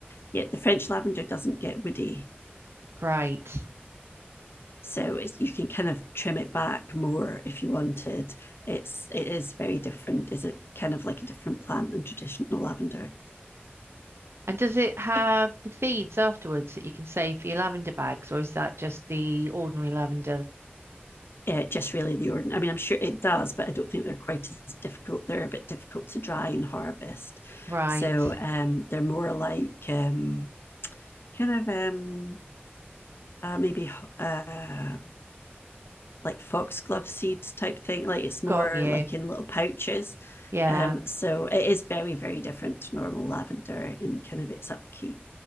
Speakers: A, on the left; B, on the right.
A: Yeah, the French lavender doesn't get woody.
B: right.
A: so it's you can kind of trim it back more if you wanted it's it is very different it's a kind of like a different plant than traditional lavender
B: And does it have
A: if
B: the seeds afterwards that you can save for your lavender bags, or is that just the ordinary lavender?
A: uh, just really the ordinary i mean i'm sure it does but i don't think they're quite as difficult they're a bit difficult to dry and harvest
B: Right,
A: so um, they're more like um, kind of um, uh, maybe uh, like foxglove seeds type thing. Like it's more
B: got you.
A: like in little pouches.
B: Yeah.
A: Um, so it is very, very different to normal lavender in kind of its upkeep.